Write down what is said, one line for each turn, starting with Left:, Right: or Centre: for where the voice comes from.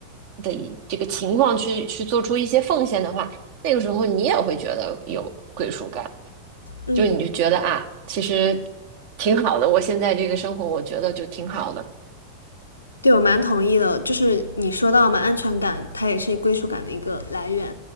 Right: 的一这个情况去去做出一些奉献的话，那个时候你也会觉得有归属感。
Left: 嗯，
Right: 就是你就觉得啊，其实挺好的，我现在这个生活，我觉得就挺好的。
Left: 对我蛮同意的，就是你说到嘛，安全感它也是归属感的一个来源，